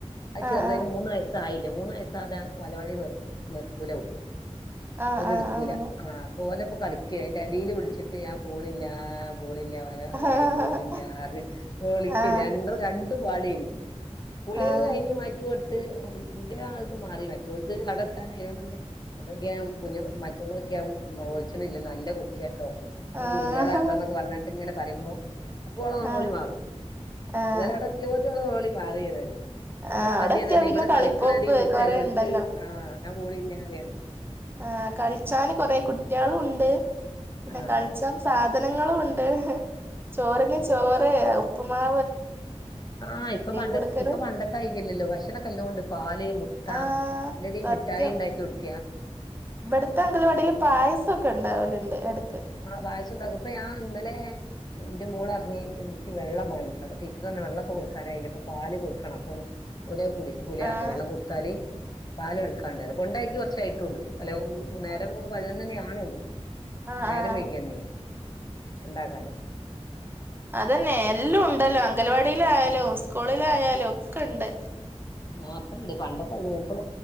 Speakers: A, on the left; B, on the right.
A: അത്
B: ആഹ്
A: ചെറുതായിന്
B: ആഹ്
A: മൂന്ന് വയസ്സായില്ല മൂന്ന് വയസ് ആകാതെ ബാലവാടി നിർ നിർത്തൂല
B: ആഹ്
A: ഓര്
B: ആഹ്
A: എടുക്കൂല
B: അങ്ങനെ
A: ആ പോലെ ഇപ്പോ കളിക്കേ ഇടയിൽ വിളിച്ചിട്ട് ഞാൻ പോണില്ല പോണില്ല അങ്ങനെ അംഗനവാടി
B: ആഹ്
A: പോണില്ല പൊളിക്കരണ്ടും
B: ആഹ്
A: രണ്ടും പാളിയനി കുളി
B: ആഹ്
A: ഒക്കെ കഴിഞ്ഞ് മാറ്റിട്ട എന്റെ ആൾക് മാറി മറ്റത് ആട എത്താൻ പറ അവിടക്ക മറ്റുള്ള നോച്ചല്ല നല്ല കുട്ടിട്ടോ ഓ
B: ആഹ്
A: ഗുഡ് ഗേൾകേളാട്ടാന്നൊക്കെ പറഞ്ഞിട്ട് ഇങ്ങനെ പറയുമ്പോ അപ്പൊ അവിടെ
B: ആഹ്
A: മോളി മാറും
B: ആഹ്
A: എതായാലും അവിടെ ഒക്ക പോടെ മോളി മാറി ഏതായാലും ഇപ്പ
B: ആഹ്
A: മടിതാണ്
B: അവിടെ എത്തിയാ പിന്നെ
A: ഇവിടെ
B: കളിപ്പോപ്പ്
A: കളിക്കണടി വിളിച്ചാല്
B: കൊറേ
A: ഓൾക്ക്
B: ഇണ്ടല്ലോ
A: ആ ഞാൻ പോണില്ല പറയാണ്
B: ആഹ് കളിച്ചാന് കൊറേ കുട്ട്യാളും ഉണ്ട് പിന്നെ
A: ആഹ്
B: കളിച്ചാൻ സാധനങ്ങളും ഉണ്ട് ചോറിന് ചോറ് ഉപ്പ്മാവ്
A: ആ ഇപ്പൊ പണ്ട
B: കൊടുക്കല്
A: ഇപ്പൊ പണ്ടത്തായിരിക്കില്ലല്ലോ ഭക്ഷണമൊക്കെ നല്ലോണമുണ്ട് പാല് മുട്ട അ
B: ആഹ് സത്യം
A: മിഠായി ഉണ്ടാക്കി കൊടുക്കു
B: ഇവിടുത്തെ അംഗനവാടിയില് പായസം ഒക്കെ ഉണ്ടാവലുണ്ട് എടക്ക്
A: ആ പായസം ഉണ്ടാക്കും ഇപ്പ ഞാൻ ഇന്നലെ എന്റെ മോളറിഞ്ഞ് എനിക്ക് വെള്ളമാണ്ണന്ന് ടീച്ചർ പറഞ്ഞ് വെള്ളപ്പൊ കൊടുക്കാനായില്ല ഇപ്പൊ പാല് കൊടുക്കണം ഉം ഓല് കുടിക്കൂല
B: ആഹ്
A: വെള്ളം കൊടുത്താല് പാലം എടുക്കാണ്ടായി കൊണ്ടാക്കി കുറച്ചായിട്ടള്ളു അല്ല നേരം പതിനൊന്ന്മണിആവുന്നേയുളളു
B: ആഹ്
A: നേരം
B: ആഹ്
A: വെയ്കി അന്നേ ഉണ്ടാക്കാന്
B: അതെന്നെ എല്ലും ഉണ്ട ല്ലോ അങ്കൽവാടീലായാലും ഉസ്കൂളിലായാലും ഒക്കെണ്ട്
A: ആഹ് ഇപ്പണ്ട് പണ്ടത്തെയ്രില്ല